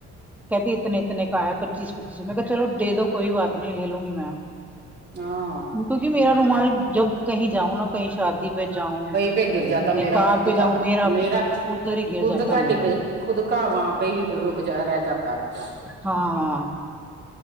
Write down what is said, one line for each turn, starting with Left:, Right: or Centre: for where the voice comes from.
Centre: کہتی اتنے اتنے کا ہے پچیس پچیس میں کہا چلو دے دو کوئی بات نہیں لے لوں گی میں
Right: ہاں ہاں
Centre: کیونکی
Right: ٹھیک
Centre: میرا رومال
Right: ہے
Centre: جب کہیں جاؤں نا کہیں شادی پے جاؤں
Right: پے گر جاتا
Centre: نکاح
Right: میرا خود
Centre: پہ جاؤں
Right: کا میرا
Centre: ادھر ہی گر
Right: خود
Centre: جاتا
Right: کا
Centre: میرا
Right: ڈگل خود کا وہاں پے ہی رک جا رہ جاتا ہے
Centre: ہاں ہاں